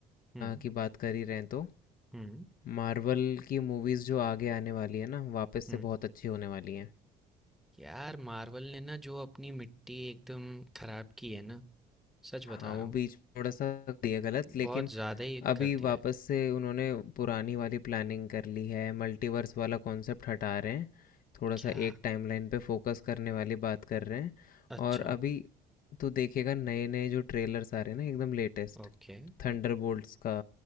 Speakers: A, in the centre; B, on the left.
A: हुँ,
B: की बात कर ही रहे हैं तो
A: हुँ,
B: मार्वल की मूवीज़ जो आगे आने वाली है ना वापस
A: हुँ।
B: से बहुत अच्छी होने वाली हैं
A: यार मार्वल ने ना जो अपनी मिट्टी एकदम खराब की है ना, सच बता
B: हाँ
A: रहा
B: वो
A: हूँ,
B: बीच में थोड़ा सा दिया गलत लेकिन
A: बहुत ज़्यादा ही
B: अभी
A: कर दिया
B: वापस
A: है।
B: से उन्होंने पुरानी वाली प्लानिंग कर ली है मल्टीवर्स वाला कॉन्सेप्ट हटा रहे हैं थोड़ा
A: क्या?
B: सा एक टाइमलाइन पे फोकस करने वाली बात कर रहे हैं
A: अच्छा,
B: और अभी तू देखेगा नए नए जो ट्रेलर्स आ रहे हैं ना एकदम लेटेस्ट
A: ओके।
B: थंडरबोल्ट्स का